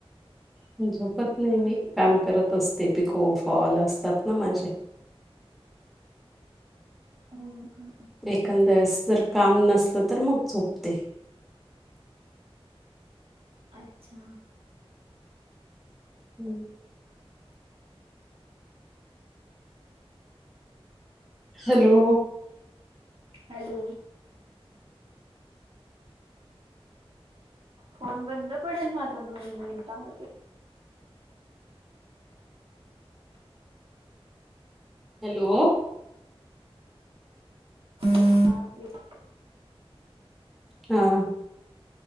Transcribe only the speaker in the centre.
झोपत नाय मी
काम करत असते पिको फॉल असतात ना माझे.
एखाद्या वेळेस जर काम नसलं तर मग झोपते.
हम्म. हॅलो.
हॅलो.
हा.